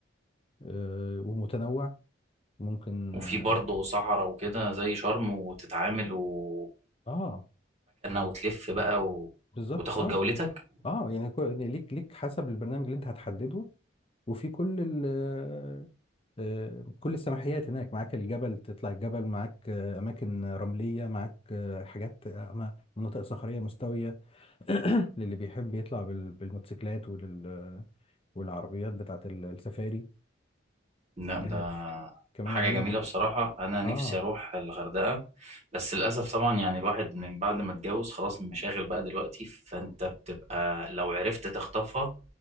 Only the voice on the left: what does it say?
آه، ومتنوع ممكن
اه
آه،
بالظبط
اه
اه يعني كو- ليك ليك حسب البرنامج اللي انت هتحدده وفي كل ال آه، آه، كل السماحيات هناك معاك الجبل تطلع الجبل معاك آه، أماكن رملية معاك آه، حاجات آه، أما- مناطق صخرية مستوية <clears throat> للي بيحب يطلع بال- بالموتوسيكلات ولل- والعربيات بتاعت ال- السفاري
آه،
ف- كمان
عاملين
اه